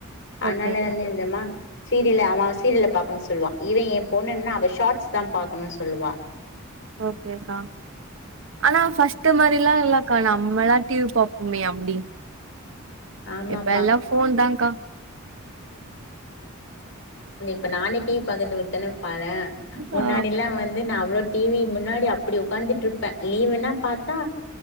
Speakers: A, on the left; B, on the right.
A: அன்னால
B: ஓகே
A: வந்து என்னமா சீரியல்ல அவ சீரில்ல பாக்கணு சொல்வா இவ ஏ பொண்ணுன்னா அவ ஷார்ட்ஸ் தா பாக்கணு சொல்வா
B: ஓகேக்கா ஆனா ஃபஸ்ட்டு மாரில்லா இல்லக்கா நம்மல்லா டீவி பாப்போமே அப்டி
A: ஆமாப்பா
B: இபெல்லா ஃபோன் தாக்கா
A: ப்ப நானே டீ வி பாக்கறாத விட்டனா பாறே முன்னாடிலா
B: ஆ
A: வந்து நா அவ்ளோ டீ வி முன்னாடி அப்டி உக்காந்துட்ருப்ப லீவுன்னா பாத்தா